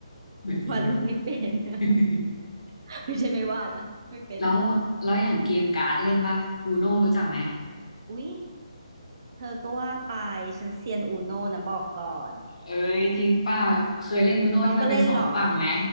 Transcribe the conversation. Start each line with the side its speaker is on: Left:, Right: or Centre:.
Left: ไม่เป็น
Right: วาดรูปไม่เป็น <laughs>
Left: <laughs>
Right: ไม่ใช่ไม่วาดนะไม่เป็น
Left: แล้วแล้วอย่างเกมการ์ดเล่นป่ะอูโน่รู้จักไหม
Right: อุ๊ยเธอก็ว่าไปฉันเซียนอูโน่นะบอกก่อน
Left: เอ้ยจริงป่ะเคยเล่นอูโน่ที่มันเป็นสองฝั่งไหม
Right: น้องก็เล่นเหรอ